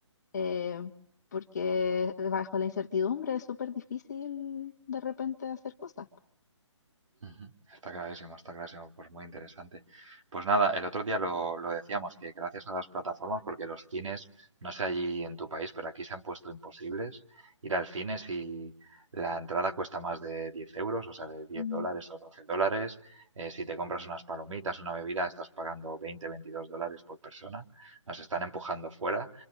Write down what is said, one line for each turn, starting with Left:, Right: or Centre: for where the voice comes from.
Left: em, porque bajo la incertidumbre es súper difícil de repente hacer cosas. po.
Right: Ujú. Está clarísimo, está clarísimo, pues muy interesante. Pues nada, el otro día lo, lo decíamos, que gracias a las plataformas, porque los cines, no sé allí en tu país, pero aquí se han puesto imposibles ir al cine si la entrada cuesta más de 10 euros, o sea, de diez
Left: Mm.
Right: dólares o 12 dólares. Eh, si te compras unas palomitas, una bebida, estás pagando 20 22 dólares por persona. Nos están empujando fuera